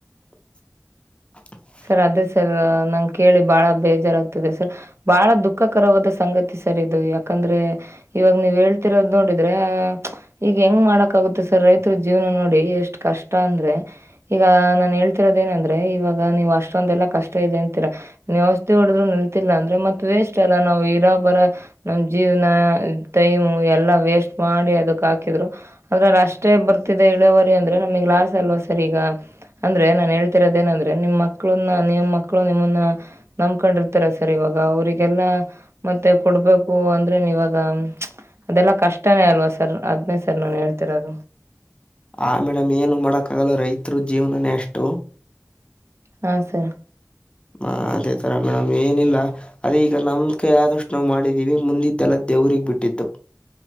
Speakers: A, on the left; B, on the right.
A: <inaudible>
B: ಸರ್ ಅದೇ ಸರ್ ನಂಗ ಕೇಳಿ ಬಾಳ ಬೇಜಾರಾಗ್ತದೆ ಸರ್. ಬಾಳ ದುಃಖಕರವಾದ ಸಂಗತಿ ಸರ್ ಇದು ಯಾಕಂದ್ರೆ ಇವಾಗ ನೀವ್ ಹೇಳ್ತಿರೋದ ನೋಡಿದ್ರೆ ಈಗ ಹೆಂಗ ಮಾಡಕಾಗುತ್ತೆ ಸರ್ ರೈತರ ಜೀವನ ನೋಡಿ ಎಷ್ಟ್ ಕಷ್ಟ ಅಂದ್ರೆ ಈಗ ನಾನ್ ಹೇಳ್ತಿರೋದ ಏನಂದ್ರೆ ಇವಾಗ ನೀವ ಅಷ್ಟೊಂದೆಲ್ಲಾ ಕಷ್ಟ ಇದೆ ಅಂತೀರಾ. ನೀವ ಔಷಧಿ ಹೊಡದು ನಿಲ್ತಿಲ್ಲ ಅಂದ್ರ ಮತ್ತ ವೇಸ್ಟ್ ಅಲ್ಲಾ ನಾವ್ ಇರಾ ಬರ ನಮ ಜೀವ್ನ ಟೈಮ್ ಎಲ್ಲಾ ವೇಸ್ಟ್ ಮಾಡಿ ಅದಕ ಹಾಕಿದ್ರು ಅದ್ರ ಅಷ್ಟೇ ಬರ್ತಿದೆ ಇಳವರಿ ಅಂದ್ರೆ ನಮಗ ಲಾಸ್ ಅಲ್ವಾ ಸರ್ ಈಗ. ಅಂದ್ರೆ ನಾನ್ ಹೇಳ್ತಿರೋದ ಏನಂದ್ರೆ ನಿಮ್ ಮಕ್ಳುನ್ನ ನಿಮ್ಮ ಮಕ್ಳು ನಿಮ್ಮನ್ನ- ನಮಕೊಂಡಿರ್ತಾರ ಸರ್ ಇವಾಗ ಅವರಿಗೆಲ್ಲ ಮತ್ತೆ ಕೊಡ್ಬೇಕು ಅಂದ್ರನು ಇವಾಗ ಅದೆಲ್ಲಾ ಕಷ್ಟನೇ ಅಲ್ವಾ ಸರ್ ಅದ್ನೇ ಸರ್ ನಾನ ಹೇಳ್ತಿರೋದು.
A: ಆ ಮೇಡಮ್ ಏನು ಮಾಡಕ್ಕ ಆಗಲ್ಲ ರೈತರ ಜೀವನನೇ ಅಷ್ಟು.
B: ಹಾಂ ಸರ್.
A: ಹ ಅದೇ ತರ ಮೇಡಮ್ ಏನಿಲ್ಲ. ಅದೇ ಈಗ ನಮ್ ಕೈ ಆದಷ್ಟ ನಾವ ಮಾಡಿದ್ದೀವಿ ಮುಂದಿದ್ದೆಲ್ಲ ದೇವ್ರಿಗ ಬಿಟ್ಟಿದ್ದು.